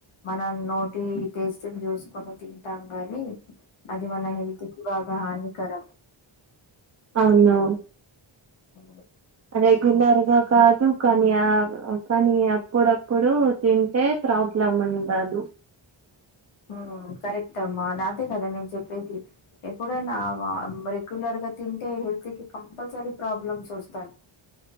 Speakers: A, on the left; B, on the right.
A: మనం నోటి టేస్ట్ని చూసుకునేది ంటాం కాని అది మన హెల్త్ కి బాగా హానికరం
B: అవును
A: అ
B: రెగ్యులర్ గా కాదు కానీ ఆ కానీ అప్పుడప్పుడు తింటే ప్రాబ్లమ్ ఉండదు
A: ఉం కరెక్ట్ అమ్మా నాదే కదా నేను చెప్పేది ఎప్పుడైనా రెగ్యులర్గా తింటే హెల్త్ కి కంపల్సరీ ప్రాబ్లమ్స్ వస్తాయి